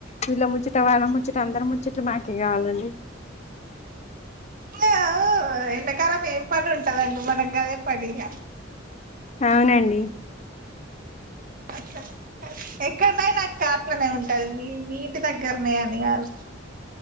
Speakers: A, on the left; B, on the right.
A: వీళ్ళ ముచ్చుట వాళ్ళ ముచ్చట అందరీ ముచ్చట మాకే కావాలండి
B: హ ఎండకాలం ఏం పని ఉంటదండి మనకు గదే పనిగా
A: అవునండి
B: అట్లనా ఎక్కడనైనా అక్క కాట్లనే ఉంటది మీ మీ ఇంటి దగ్గర నే అనీ కాదు